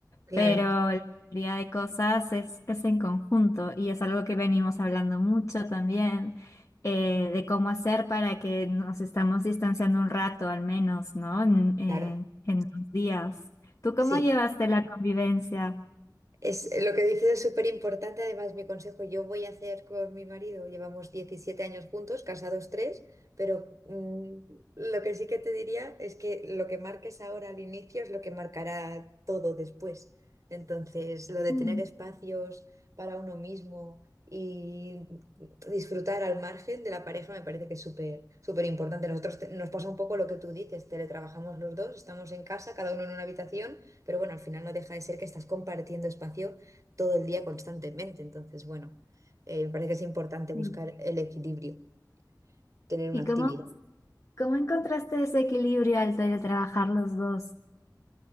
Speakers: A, on the right (about 45°); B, on the left (about 45°).
A: claro,
B: pero la mayoría de cosas es, es en conjunto y es algo que venimos hablando mucho también, eh, de cómo hacer para que nos estamos distanciando un rato al menos, ¿no? En, en,
A: claro.
B: en los días. ¿Tú cómo
A: Sí,
B: llevaste la convivencia?
A: Es, lo que dices es súper importante, además mi consejo, yo voy a hacer con mi marido, llevamos 17 años juntos, casados tres, pero mm, lo que sí que te diría es que lo que marques ahora al inicio es lo que marcará todo después. Entonces, lo de
B: Mm,
A: tener espacios para uno mismo y disfrutar al margen de la pareja me parece que es súper, súper importante. Nosotros te- nos pasa un poco lo que tú dices, teletrabajamos los dos, estamos en casa, cada uno en una habitación. Pero bueno, al final no deja de ser que estás compartiendo espacio todo el día constantemente. Entonces, bueno, eh, me parece que es importante buscar
B: sí.
A: el equilibrio, tener una
B: ¿Y
A: actividad.
B: cómo, cómo encontraste ese equilibrio al tra- trabajar los dos?